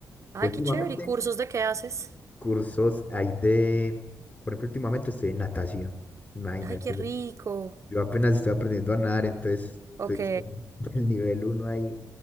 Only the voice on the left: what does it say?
Últimamente
cursos hay de, por ejemplo, últimamente estoy en natación, imagínate.
Yo yo apenas estoy aprendiendo a nadar, entonces
estoy es que en el <laughs> nivel uno ahí